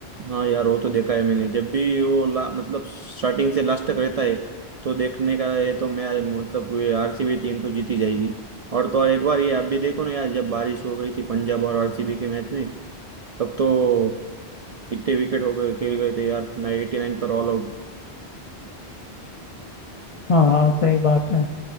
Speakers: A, on the right (about 55°); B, on the left (about 40°).
A: हाँ यार वो तो देखा है मैंने जब भी वो ला, मतलब स्टार्टिंग से लास्ट तक रहता है तो देखने का है तो मैं मतलब ये आरसीबी टीम तो जीती जाएगी और तो और एक बार ये आप भी देखो ना यार जब बारिश हो गई थी पंजाब और आरसीबी के मैच में तब तो इतने विकेट हो गए गिर गए थे यार एटी नाइन पर ऑल आउट
B: हाँ हाँ सही बात है